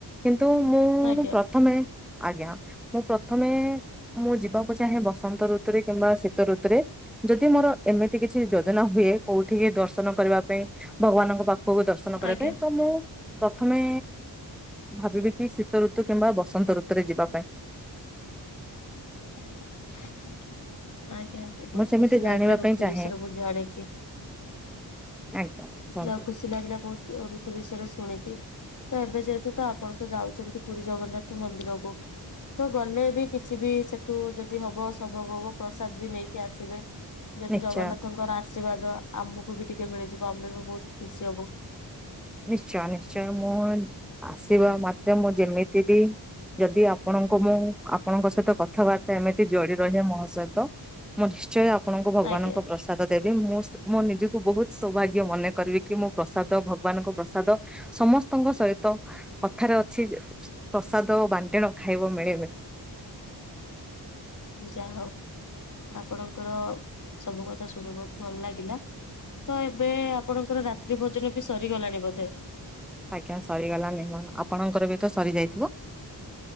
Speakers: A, in the centre; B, on the left.
A: କିନ୍ତୁ ମୁଁ
B: ଆଜ୍ଞା
A: ପ୍ରଥମେ ଆଜ୍ଞା ମୁଁ ପ୍ରଥମେ ମୁଁ ଯିବାକୁ ଚାହେଁ ବସନ୍ତ ଋତୁରେ କିମ୍ବା ଶୀତ ଋତୁରେ। ଯଦି ମୋର ଏମିତି କିଛି ଯୋଜନା ହୁଏ କୋଉଠି ଦର୍ଶନ କରିବା ପାଇଁ ଭଗବାନଙ୍କ ପାଖ ପାଖକୁ ଦର୍ଶନ କରିବା
B: ଆଜ୍ଞା
A: ପାଇଁ ତ ମୁଁ ପ୍ରଥମେ ଭାବିବେ କି ଶୀତ ଋତୁ କିମ୍ବା ବସନ୍ତ ଋତୁରେ ଯିବା ପାଇଁ।
B: <inaudible> ଆଜ୍ଞା ଆଜ୍ଞା ବହୁତ
A: ମୁଁ ସେମିତି
B: ଖୁସି ଲାଗିଲା
A: ଜାଣିବା
B: ଋତୁ
A: ପାଇଁ ଚାହେଁ
B: ବିଷୟରେ ବୋହୁତୁ ଜାଣିକି।
A: ଆଜ୍ଞା କୁହନ୍ତୁ
B: ଯାହଉ ଖୁସି ଲାଗିଲା ବହୁତୁ ଋତୁ ବେଶ ରେ ଶୁଣିକି ତ ଏବେ ଯେହେତୁ ତ ଆପଣ ତ ଯାଉଛନ୍ତି ପୁରୀ ଜଗନ୍ନାଥ ମନ୍ଦିରକୁ ତ ଗଲେ ବି କିଛି ବି ସେଠୁ ଯଦି ହବ ସମ୍ଭବ ହବ ପ୍ରସାଦ ବି ନେଇକି ଆସିବେ। ଯଦି
A: ନିଶ୍ଚୟ।
B: ଜଗନ୍ନାଥଙ୍କର ଆଶୀର୍ବାଦ ଆମକୁ ବି ଟିକେ ମିଳିଯିବ ଆମେ ବି ବହୁତ ଖୁସି ହବୁ।
A: ନିଶ୍ଚୟ ନିଶ୍ଚୟ ମୁଁ ଆସିବା ମାତ୍ରେ ଯେମିତି ବି ଯଦି ଆପଣଙ୍କୁ ମୁଁ ଆପଣଙ୍କ ସହିତ କଥାବାର୍ତ୍ତା ଏମିତି ଜଡି ରହେ ମ ମୁଁ ନିଶ୍ଚୟ ଆପଣଙ୍କୁ ଭଗବାନଙ୍କ
B: ଆଜ୍ଞା
A: ପ୍ରସାଦ ଦେ ମୁଁ ମଁ ନିଜକୁ ବହୁତ ସୌଭାଗ୍ୟ ମନେ କରିବି କି ମୁଁ ପ୍ରସାଦ ଭ ଭଗବାନଙ୍କ ପ୍ରସାଦ ସମସ୍ତଙ୍କ ସହିତ କଥାରେ ଅଛି ପ୍ରସାଦ ବାଣ୍ଟଣ ଖାଇବ ମିଳେମିଶି
B: <inaudible> ଯା ହଉ ଆପଣଙ୍କର ସବୁ କଥା ଶୁଣି ବହୁତ ଭଲ ଲାଗିଲା। ତ ଏବେ ଆପଣଙ୍କର ରାତ୍ରି ଭୋଜନ ବି ସରିଗଲାଣି ବୋଧେ।
A: ଆଜ୍ଞା ସରିଗଲା ଆପଣଙ୍କର ବି ତ ସରି ଯାଇଥିବ।